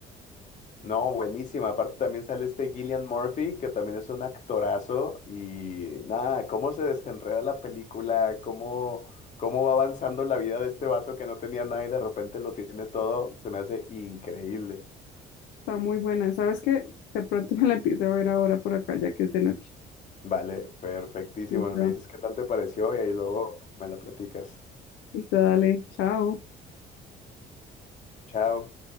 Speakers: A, on the left; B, on the left.
A: No, buenísima. Aparte también sale este Gillian Murphy, que también es un actorazo. Y nada, cómo se desenreda la película, cómo, cómo va avanzando la vida de este vato que no tenía nada y de repente lo tiene todo, se me hace increíble.
B: Está muy buena. ¿Sabes qué? De pronto me la empiezo a ver ahora por acá, ya que es de noche.
A: Vale, perfectísimo.
B: Listo.
A: Me dices qué tal te pareció y ahí luego me la platicas.
B: Listo, dale. Chao.
A: Chao.